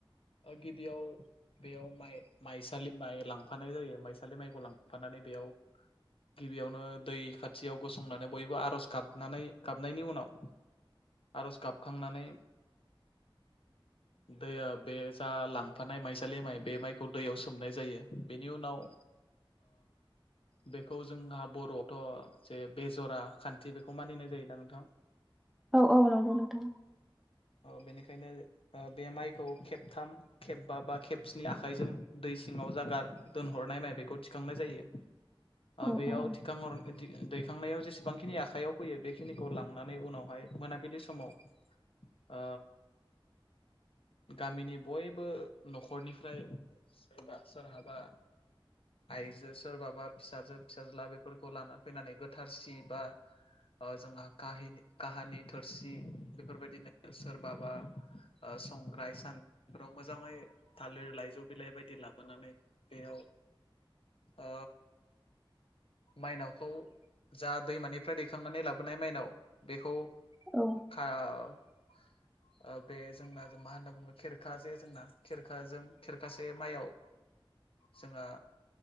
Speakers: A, on the left (about 80°); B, in the centre.
A: गिबियाव बेयाव माइ माइसालि माइ लांफानाय जायो। बे माइखौ लांफानानै बेयाव गिबियावनो दै खाथियाव गसंनानै बयबो आर'ज गाबनानै गाबनायनि उनाव आर'ज गाबखांनानै दैया बे जा लांफानाय माइसालि माइ बे माइखौ दैयाव सोमनाय जायो। बेनि उनाव बेखौ जोंहा बर'आवथ' जे बेजरा खान्थि बेखौ मानिनाय जायोना नोंथां।
B: औ औ नंगौ नोंथां।
A: अ' बेनिखायनो बे माइखौ खेबथाम खेबबा बा खेबस्नि आखाइजों दै सिङाव जागार दोनहरनाय माइ बेखौ थिखांनाय जायो।
B: औ
A: बेयाव
B: औ
A: थिखांहर दैखांनायाव जेसेबांखिनि आखयाव फैयो बेखिनिखौ लांनानै उनावहाय मोनाबिलि समाव ओ गामिनि बयबो न'खरनिफ्राय सोरबा सोरहाबा आइजो सोरबाबा फिसाजो फिसाज्ला बेफोरखौ लाना फैनानै गोथार सि बा जोंहा काहिनि काहानि थोरसि बेफोरबायदिनो सोरबाबा संग्राय सानद्रिफोराव मोजाङै थालिर लाइजौ बिलाइ बायदि लाबोनानै बेयाव ओ माइनावखौ जा दैमानिफ्राय दैखांनानै लाबोनाय माइनाव बेखौ
B: औ
A: खाव बे जोंना मा होनना बुङो खेरखा जे जोंना खेरखाजों खेरखासे माइयाव जोंहा